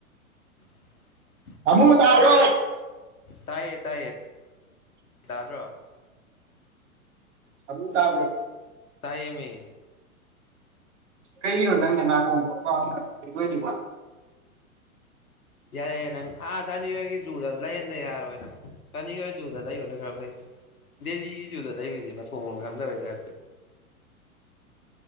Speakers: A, on the left; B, on the right.
A: <unintelligible>
B: ꯍꯃꯨ ꯇꯗꯣ
A: ꯇꯥꯏꯌꯦ ꯇꯥꯏꯌꯦ ꯇꯥꯗ꯭ꯔꯣ
B: ꯁ ꯇꯥꯕ꯭ꯔꯣ
A: ꯇꯥꯏꯌꯦ ꯃꯤ
B: ꯀꯩꯒꯤꯅꯣ ꯅꯪꯅ ꯅꯥꯀꯣꯡꯕꯗꯤ
A: ꯌꯥꯔꯦ ꯅꯪ ꯑꯥ ꯆꯅꯤꯒꯣꯏꯒꯤ ꯖꯨꯗ ꯂꯩꯍꯟꯕ ꯌꯥꯔꯣꯏ ꯅꯪ ꯆꯅꯤꯒꯣꯏ ꯖꯨꯗ ꯂꯩꯔ ꯊ ꯈꯩ ꯗꯦꯜꯂꯤꯒꯤꯖꯤꯨꯗꯗꯥꯏ ꯖꯤꯦꯃ ꯊꯣꯡꯈ ꯇꯕ ꯗ